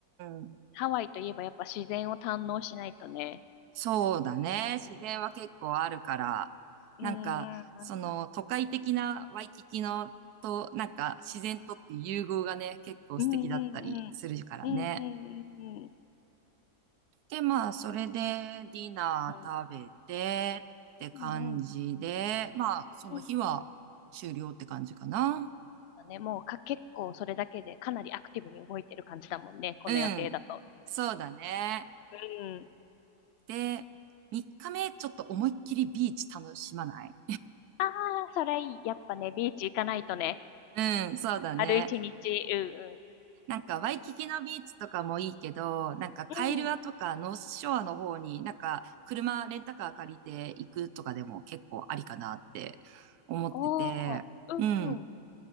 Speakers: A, on the right (about 85°); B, on the left (about 65°).
A: ん。
B: ハワイといえばやっぱ自然を堪能しないとね。
A: そうだね。自然は結構あるから、
B: うんうんうん。
A: なんか、その都会的なワイキキのと、なんか自然とっていう融合がね、結構素敵だったりするからね。
B: うんうんうん。うんうんうん。
A: で、まあ、それでディナー食べてって感じで、
B: うんうんうん。
A: まあ、その日は終了って感じかな。
B: うんうんうんだね、もうか、結構それだけでかなりアクティブに動いてる感じだもんね。この予定だと。
A: うん。そうだね。
B: うん。
A: で、3日目ちょっと思いっきりビーチ楽しまない
B: ああ、それいい。やっぱね、ビーチ行かないとね。
A: うん、そうだね。
B: ある一日。う
A: なんか、ワイキキのビーチとかもいいけど、なんか、カイルアとかノースショアの方に、
B: んうん。うん。
A: なんか、車、レンタカー借りて行くとかでも結構ありかなって思ってて、
B: おー。うんうん。
A: うん。